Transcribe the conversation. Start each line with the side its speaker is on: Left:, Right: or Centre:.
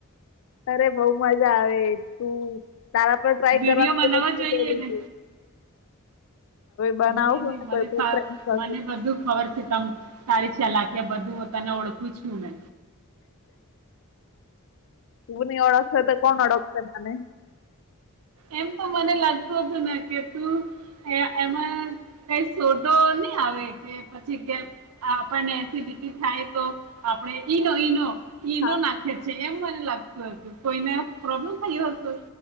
Left: અરે બઉ મજા આવે તું તારા પર ટ્રાય
Right: વિડીયો
Left: કરવા
Right: બનાવવા
Left: તો શું
Right: જોઈએ
Left: બોલું
Right: ને
Left: છું. બનાવશું
Right: ની ની
Left: ને
Right: મને
Left: કોઈ પણ
Right: સા
Left: ફ્રેન્ડ કરશું
Right: મને બધું ખબર છે તમ તારી ચલાકયા બધું હું તને ઓળખું છું મે.
Left: તુ ની ઓળખસે તો કોણ ઓળખસે મને.
Right: એમ તો મને લાગતું હતું ને કે તું એ એમાં કઈ શોધો ની આવે કે પછી ગેપ આપણને એસિડિટી થાય તો આપણે ઈનો ઈનો ઈનો
Left: હા
Right: નાખયે છે. જે એમ મને લાગતું હતું કોઈને પ્રોબ્લેમ થયુ હતું